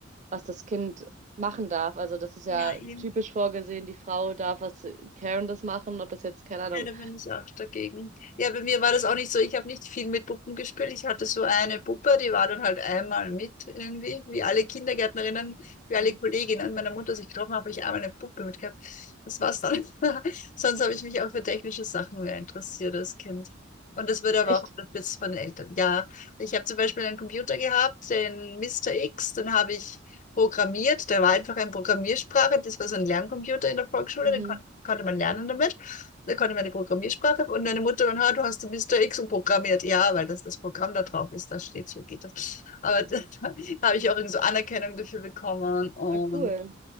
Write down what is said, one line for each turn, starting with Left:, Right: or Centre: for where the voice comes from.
Right: was das Kind machen darf. Also das ist
Left: Ja,
Right: ja
Left: eben.
Right: typisch vorgesehen, die Frau darf was Carendes machen, ob das jetzt, keine Ahnung.
Left: Ja, da bin ich auch dagegen. Ja, bei mir war das auch nicht so. Ich habe nicht viel mit Puppen gespielt. Ich hatte so eine Puppe, die war dann halt einmal mit irgendwie, wie alle Kindergärtnerinnen, wie
Right: Mhm.
Left: alle Kolleginnen meiner Mutter sich getroffen haben, habe ich einmal eine Puppe mit gehabt. Das war's dann. <laughs> Sonst habe ich mich auch für technische Sachen mehr interessiert als Kind. Und das wurde
Right: Echt?
Left: aber auch unterstützt von den Eltern. Ja, ich habe zum Beispiel einen Computer gehabt, den Mister X, den habe ich programmiert. Der war einfach eine Programmiersprache. Das war so ein Lerncomputer in der Volksschule,
Right: Mhm.
Left: den kon konnte man lernen damit da konnte meine Programmiersprache und deine Mutter und ha, du hast Mr. X programmiert. Ja, weil das das Programm da drauf ist, da steht so geht das. Aber <laughs> da, habe ich auch irgendwie so Anerkennung dafür bekommen und
Right: Na cool.